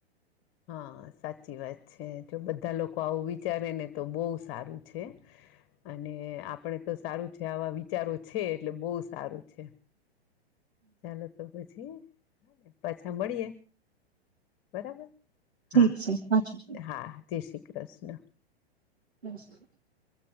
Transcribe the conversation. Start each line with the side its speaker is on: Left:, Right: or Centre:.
Left: હા સાચી વાત છે જો બધા લોકો આવું વિચારે ને તો બહુ સારું છે અને આપણે તો સારું છે આવા વિચારો છે એટલે બહુ સારું છે. ચાલો તો. પછી પાછા મળીએે બરાબર.
Right: ઠીક
Left: હા
Right: છે પાછું
Left: હા જય શ્રી કૃષ્ પ્રશ્ન
Right: <unintelligible>